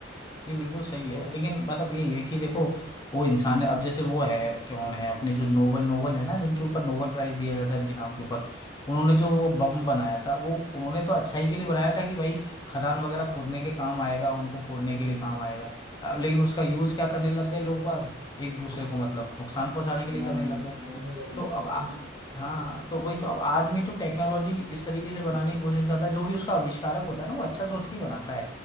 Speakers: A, on the left; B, on the right.
A: ये बिल्कुल सही
B: बहुत
A: है लेकिन बात अब यही है कि देखो वो इंसान
B: हम्म
A: है अब जैसे वो है कौन है अपने जो नोबल नोबल है ना जिनके ऊपर नोबल प्राइज दिया जाता है इनके नाम के ऊपर उन्होंने जो वो बम बनाया था वो उन्होंने तो अच्छाई के लिए बनाया था कि भाई खदान वगैरह खोदने के काम आएगा उनको फोड़ने के
B: हम्म
A: लिए काम आएगा अब लेकिन उसका यूज क्या करने लग गए लोग बाग एक दूसरे को मतलब नुकसान पहुंचाने के लिए
B: मारने
A: करने लग
B: मारने
A: गए
B: में लग
A: तो
B: लग,
A: अब
B: लग
A: आ,
B: गए हैं।
A: हाँ तो वही तो अब आदमी तो टेक्नोलॉजी इस तरीके से बनाने
B: हम्म,
A: की कोशिश करता है जो भी उसका आविष्कारक होता है ना वो अच्छा सोच के ही बनाता है